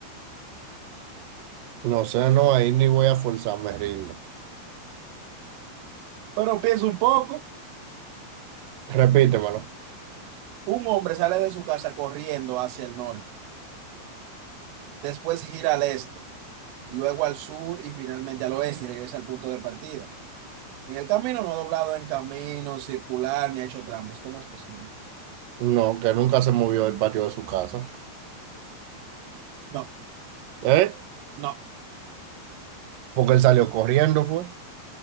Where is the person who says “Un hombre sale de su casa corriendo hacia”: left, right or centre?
Right